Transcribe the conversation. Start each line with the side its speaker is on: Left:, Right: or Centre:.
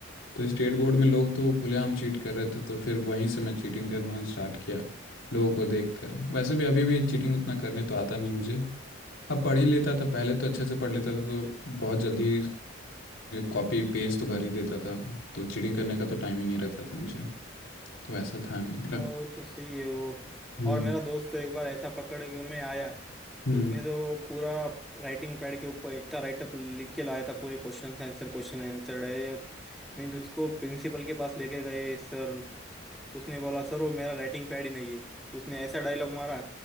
Left: तो स्टेट बोर्ड में लोग तो खुलेआम चीट कर रहे थे तो फिर वहीं से मैं चीटिंग करना स्टार्ट किया लोगों को देख कर वैसे भी अभी भी चीटिंग उतना करने तो आता नहीं मुझे अब पढ़ ही लेता था पहले तो अच्छे से पढ़ लेता था तो बहुत जल्दी कॉपी पेज तो भर ही देता था तो चीटिंग करने का तो टाइम ही नहीं रहता था मुझे तो ऐसा था नहीं मेरा
Centre: वो तो सही है वो
Left: हम्म
Centre: और मेरा दोस्त तो एक बार ऐसा पकड़ के में आया
Left: हम्म
Centre: उसने तो पूरा राइटिंग पैड के ऊपर इतना राइटअप लिख के लाया था पूरे question answer question answer direct Means उसको प्रिंसिपल के पास लेके गए सर उसने बोला सर वो मेरा राइटिंग पैड ही नहीं है उसने ऐसा डायलॉग मारा